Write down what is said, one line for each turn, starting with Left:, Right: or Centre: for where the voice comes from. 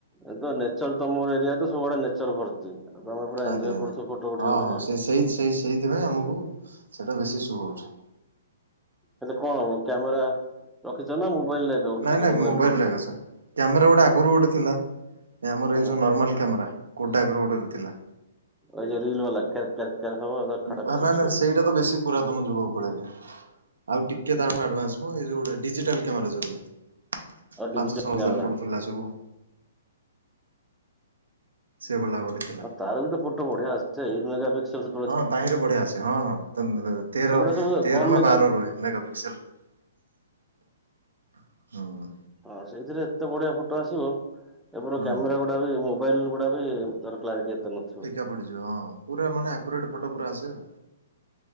Centre: ଏ ତ ନେଚର ତମର ଏରିଆତ ସବୁଆଡେ ନେଚର ଭର୍ତ୍ତି ଆଉ ତମେ ପୁରା
Right: ଆଜ୍ଞା
Centre: ଏଞୟ
Right: ଆଜ୍ଞା।
Centre: କରୁଥିବ ଫଟୋ ଉଠେଇ
Right: ହଁ
Centre: ଉଠେଇ।
Right: ହଁ ସେ ସେଇ ସେଇ ସେଇଥି ପାଇଁ ଆମକୁ ସେଇଟା ବେଶୀ ଶୁହୋଉଛି।
Centre: ହେଲେ କଣ ହବ କ୍ୟାମେରା ରଖିଛ ନା ମୋବାଇଲରେ। ଏକା ଉଠଉଛ
Right: ନାଇଁ ନାଇଁ
Centre: ମୋବାଇଲ
Right: ମୋବାଇଲରେ
Centre: ଫଟୋ
Right: ଏକା ସାର। କ୍ୟାମେରା ଗୋଟେ ଆଗରୁ ଗୋଟେ ଥିଲା ଆମର
Centre: ହୁଁ।
Right: ଏଇ ଯେଉଁ ନର୍ମାଲ କ୍ୟାମେରା କେଡାକର ଗୋଟେ ଥିଲା।
Centre: ଏଯୋଉ ରୀଲ ବାଲା କ ଖାଇ କ୍ୟାରେ କ୍ୟାରେ। କେର ହବ। ଖଡକ
Right: ଉଁ ହଁ ନା
Centre: ଉଠିବ
Right: ନା ସେଇଟା ତ ବେଶୀ ପୁରାତନ ଯୁଗକୁ ପଳେଇଲ। ଆଉ ଟିକେ ତାଠୁ ଆଡଭାନ୍ସ ମଁ ଏଜୋଉ ଗୋଟେ ଡିଜିଟାଲ କ୍ୟାମେରା ଜୋଉରୁଏ ‌।
Centre: ଆଉ ଡିଜିଟାଲ
Right: ପାଞ୍ଚ ଛଅ ହଜାର
Centre: କ୍ୟାମେରା।
Right: ପଡୁଥିଲା ସବୁ। ସେ ବଲା ଗୋଟେ। ଥିଲା।
Centre: ଆଉ ତାର ବି ତ ଫଟୋ ବଢିଆ ଆସେ ଏଇଟ ମେଗାପିକ୍ସଲ।
Right: ହଁ ତାହିଁରେ ବଢିଆ ଆସେ ହଁ ହଁ ତ ତ ତେର
Centre: ସେଗୁଡା ସବୁ
Right: ତେର
Centre: କମ
Right: ନା
Centre: ମେଗା
Right: ବାର ରୁହେ। ମେଗାପିକ୍ସେଲ ହୁଁ।
Centre: ହଁ ସେଇଥିରେ ଏତେ ବଢିଆ ଫଟୋ ଆସିବ ଏବେର
Right: ହୁଁ
Centre: କ୍ୟାମେରା ଗୁଡା ବି ମୋବାଇଲ। ଗୁଡା ବି ତାର କ୍ଲାରଟି ଏତେ ନଥିବ।
Right: ଫିକା ପଡିଯିବ ହଁ ପୁରା ମାନେ ଆକୁରେଟ ଫଟୋ ପୁରା ଆସେ ଆଉ।